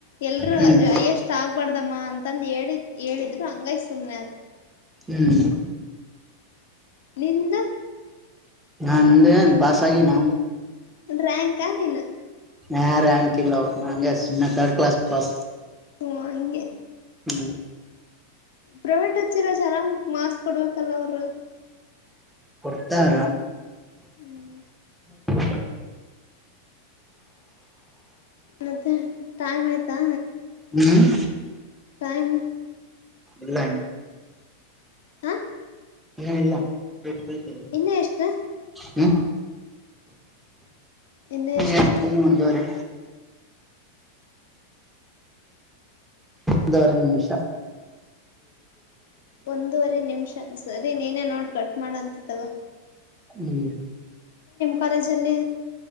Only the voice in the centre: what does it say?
ಹ್ಮ್
ಹ್ಮ್
ನಂದ ಏನ್ ಪಾಸ್ ಆಗ ನ
ಹ ರ್ಯಾಂಕ್ ಇಲ್ಲ ನಂ ತರ್ಡ್ ಕ್ಲಾಸ್ ಪಾಸ್
ಹ್ಮ್
ಕೊಡ್ತರ
ಹ
ಹ್ಮ್
ಇಲ್ಲ
ಹ್ಮ ಎಲ್ಲಾ ರ್ತತ
ಹ್ಮ್
ನೀ
ಮುಂದುವರೆ. ಇದಾರೆ ನಿಮಿಷ
ಹ್ಮ